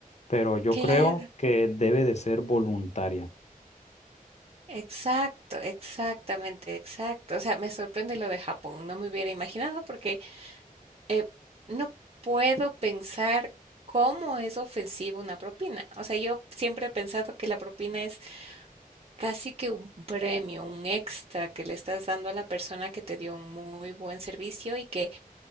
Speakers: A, on the left; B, on the right.
A: pero yo
B: Claro,
A: creo que debe de ser voluntaria.
B: exacto, exactamente, exacto. O sea, me sorprende lo de Japón. No me hubiera imaginado porque, eh, no puedo pensar cómo es ofensivo una propina. O sea, yo siempre he pensado que la propina es Casi que un premio, un extra que le estás dando a la persona que te dio un muy buen servicio y que